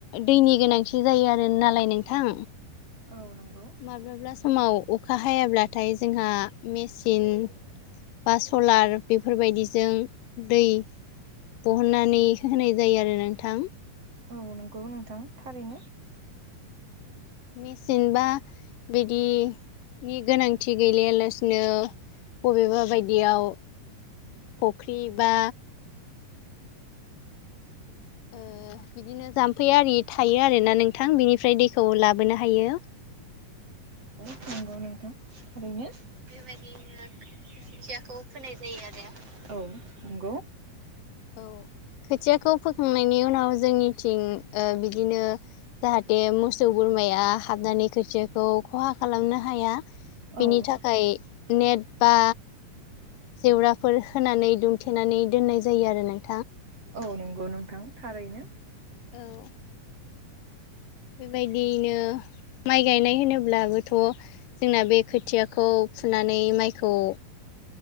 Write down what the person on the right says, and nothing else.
औ नंगौ
औ नंगौ नोंथां थारैनो।
<inaudible>
औ नंगौ नोंथां थारैनो बेबायदिनो खोखियाखौ फोनाय जायो आरो। औ नंगौ।
औ
औ नंगौ नोंथां थारैनो।